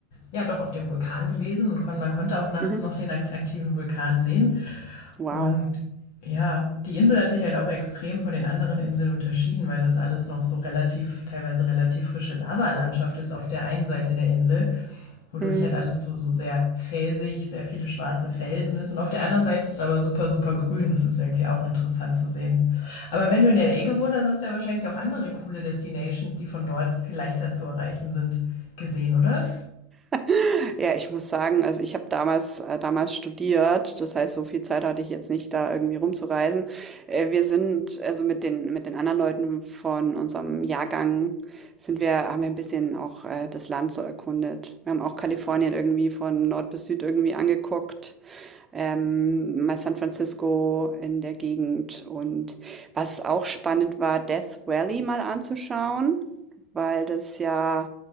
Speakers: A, on the left (about 65°); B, on the right (about 20°).
A: ja doch auf dem Vulkan gewesen und kon, man konnte auch nachts
B: Mhm.
A: noch den akt aktiven Vulkan sehen.
B: Wow.
A: Und ja, die Insel hat sich halt auch extrem von den anderen Inseln unterschieden, weil das alles noch so relativ, teilweise relativ frische Lavalandschaft ist auf der einen Seite der Insel wodurch
B: Mhm.
A: halt alles so, so sehr felsig, sehr viele schwarze Felsen ist. Und auf der anderen Seite ist es aber super, super grün. Das ist irgendwie auch interessant zu sehen. Aber wenn du in L.A. gewohnt hast, hast du ja wahrscheinlich auch andere coole Destinations, die von dort viel leichter zu erreichen sind, gesehen, oder?
B: <laughs> Ja, ich muss sagen, also ich habe damals, äh, damals studiert, das heißt, so viel Zeit hatte ich jetzt nicht, da irgendwie rumzureisen. Äh, wir sind, also mit den, mit den anderen Leuten von unserem Jahrgang sind wir, haben wir ein bisschen auch äh, das Land so erkundet. Wir haben auch Kalifornien irgendwie von Nord bis Süd irgendwie angeguckt, ähm, mal San Francisco in der Gegend und was auch spannend war, Death Valley mal anzuschauen weil das ja,